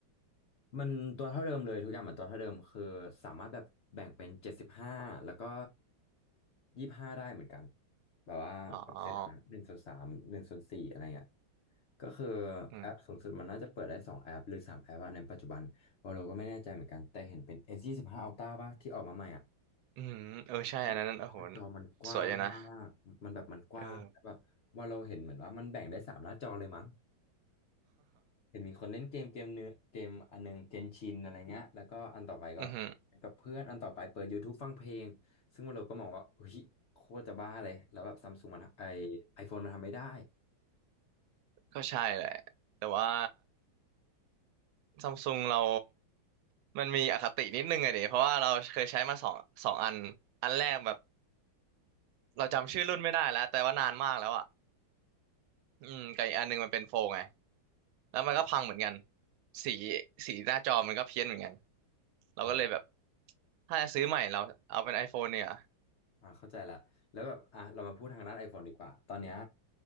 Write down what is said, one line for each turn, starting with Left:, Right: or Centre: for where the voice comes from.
Left: มันตัวเท่าเดิมเลยทุกอย่างเหมือนตัวเท่าเดิมคือสามารถแบบแบ่งเป็นเจ็ดสิบห้าแล้วก็ยี่สิบห้าได้เหมือนกันแบบว่าเปอร์เซ็นต์นะหนึ่งส่วนสามหนึ่งส่วนสี่อะไรเงี้ย
Right: อ๋อ
Left: ก็คือ
Right: อืม
Left: แอปสูงสุดมันน่าจะเปิดได้สองแอปหรือสามแอปอะในปัจจุบันเราเราก็ไม่แน่ใจเหมือนกันแต่เห็นเป็น S25 Ultra ป่ะที่ออกมาใหม่อ่ะ
Right: อืมเออใช่อันนั้นโอ้โห
Left: หน้าหน้าจอมันกว้างมากมันแบบมันกว้างแบบ
Right: สวยอยู่นะเออ
Left: ว่าเราเห็นเหมือนว่ามันแบ่งได้สามหน้าจอเลยมั้ง เห็นมีคนเล่นเกมเกมเนื้อเกมอันหนึงเกนชินอะไรเงี้ยแล้วก็อันต่อไปก็
Right: <laughs> อือหือ
Left: กับเพื่อนอันต่อไปเปิด YouTube ฟังเพลงซึ่งวันเราก็มองว่าเฮ้ยโคตรจะบ้าเลยแล้วแบบซัมซุงมันไอไอโฟนมันทำไม่ได้
Right: ก็ใช่แหละแต่ว่า ซัมซุงเรามันมีอคตินิดนึงอะเดยเพราะว่าเราเคยใช้มาสองสองอันอันแรกแบบเราจำชื่อรุ่นไม่ได้แล้วแต่ว่านานมากแล้วอ่ะอืมกับอีกอันหนึงมันเป็นโฟลไงแล้วมันก็พังเหมือนกันสีสีหน้าจอมันก็เพี้ยนเหมือนกันเราก็เลยแบบ
Left: อ่า
Right: ถ้าจะซื้อใหม่เราเอาเป็น iPhone เนี่ย
Left: อ่าเข้าใจละแล้วแบบอ่ะเรามาพูดทางด้าน iPhone ดีกว่าตอนเนี้ย